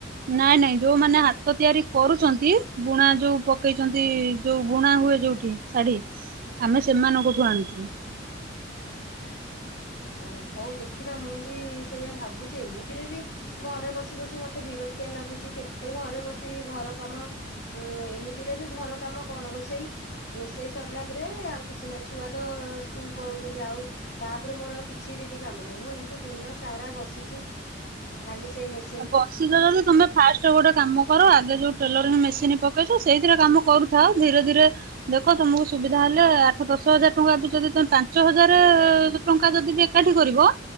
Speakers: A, on the right; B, on the left.
A: ନାଇଁ ନାଇଁ ଯୋଉମାନେ ହାତ ତିଆରି କରୁଛନ୍ତି ବୁଣା ଯୋଉ ପକେଇଛନ୍ତି ଯୋଉ ବୁଣା ହୁଏ ଯୋଉଠି ଶାଢ଼ୀ ଆମେ ସେମାନଙ୍କଠୁ ଆଣୁଛୁ।
B: ଆଚ୍ଛା ହଉ ଦେଖିବା ମୁଁ ବି ସେଇଆ ଭାବୁଛି ଏମିତିରେ ବି ଘରେ ବସି ବସି ମତେ ବିରକ୍ତିଆ ଲାଗୁଛି କେତେ ଘରେ ବସିବି ଘର କାମ ଉଁ ଏମିତିରେ ବି ଘର କାମ କଣ ରୋଷେଇ ରୋଷେଇ ସରିଲା ପରେ ଆଉ କିଛି ନାହିଁ ଛୁଆ ତ ସ୍କୁଲ ପଳଉଛନ୍ତି ଆଉ ତା ପରେ ମୋର ଆଉ କିଛି ଦିଦି କାମ ନାହିଁ, ମୁଁ ଏମିତି ଦିନ ସାରା ବସିଛି ଖାଲି ସେ ମେସ୍
A: ଆ ବସିଚ ଯଦି ତମେ ଫାଷ୍ଟ ଗୋଟେ କାମ କର ଆଗେ ଯୋଉ ଟେଲରିଙ୍ଗି ମେସିନି ପକେଇଚ ସେଇଥିରେ କାମ କରୁଥାଅ ଧୀରେ ଧୀରେ ଦେଖ ତମକୁ ସୁବିଧା ହେଲେ ଆଠ ଦଶ ହଜାର ଟଙ୍କା ଯଦି ତମେ ପାଞ୍ଚ ହଜାରେ ଟଙ୍କା ଯଦି ବି ଏକାଠି କରିବ